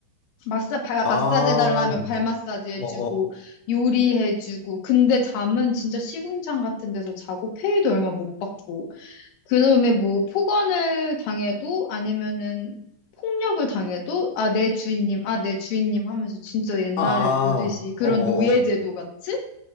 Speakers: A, on the left; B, on the left.
A: 마사, 발,
B: 아,
A: 마사지 해달라면
B: 음.
A: 발 마사지 해주고,
B: 어, 어,
A: 요리해주고, 근데 잠은 진짜 시궁창 같은 데서 자고, 페이도 얼마 못 받고. 그다음에 뭐 폭언을 당해도 아니면은 폭력을 당해도 아, 내 주인님, 아, 내 주인님 하면서 진짜 옛날에
B: 아,
A: 보듯이
B: 어,
A: 그런
B: 어,
A: 노예제도
B: 어.
A: 같이?